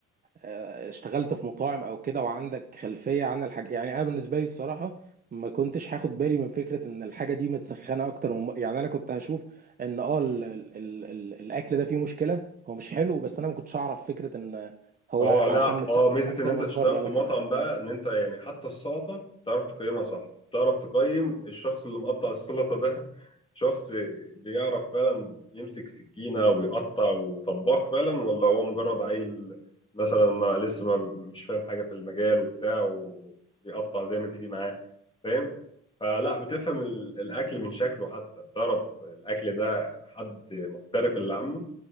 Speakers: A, on the right; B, on the left.
A: آه، اشتغلت في مطاعم او كده وعندك خلفية عن الحاجة يعني انا بالنسبة لي الصراحة ما كنتش هاخد بالي من فكرة ان الحاجة دي متسخنة اكتر من يعني انا كنت هشوف ان اه ال... ال... ال... ال- الاكل ده فيه مشكلة هو مش حلو بس انا ما كنتش اعرف فكرة ان هو
B: اه لا
A: عشان متسخن
B: اه ميزه
A: اكتر
B: ان انت
A: من
B: تشتغل
A: بره
B: في
A: او
B: مطعم
A: كده
B: بقى ان انت يعني حتى السلطه تعرف تقيمها صح تعرف تقيم الشخص اللي مقطع السلطه ده <laughs> شخص بيعرف فعلا يمسك سكينه ويقطع وطباخ فعلا ولا هو مجرد عيل مثلا ما لسه ما مش فاهم حاجه في المجال وبتاع وبيقطع زي ما تيجي معاه فاهم فلا بتفهم ال- الاكل من شكله حتى بتعرف الاكل ده حد محترف اللي عامله